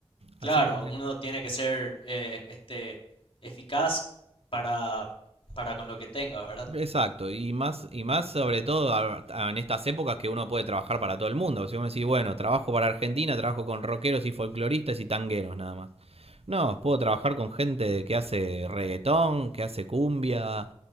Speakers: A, on the left; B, on the right.
A: Claro,
B: Así que eh,
A: uno tiene que ser eh, este, eficaz para, para con lo que tenga, ¿verdad?
B: Exacto, y más, y más sobre todo a- a- en estas épocas que uno puede trabajar para todo el mundo. Si vos me decís, bueno, trabajo para Argentina, trabajo con rockeros y folcloristas y tangueros nada más. No, puedo trabajar con gente que hace reggaetón, que hace cumbia.